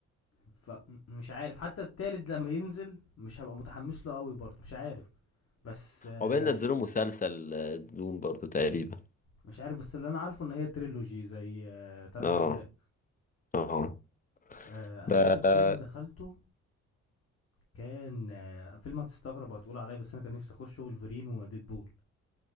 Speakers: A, on the left; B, on the left.
A: فمش عارف حتى التالت لما ينزل مش هبقى متحمس له قوي برضه مش عارف بس آه،
B: عقبال نزلوا مسلسل آه، دوم برضو تقريبا
A: مش عارف بس اللي انا عارفه ان هي تريلوجي زي آه، تلات
B: اه
A: اجزاء
B: اه
A: آه، انا
B: ب...
A: اخر فيلم دخلته كان آه، فيلم هتستغرب وهتقول عليا بس انا كان نفسي اخشه ولفرين وديدبول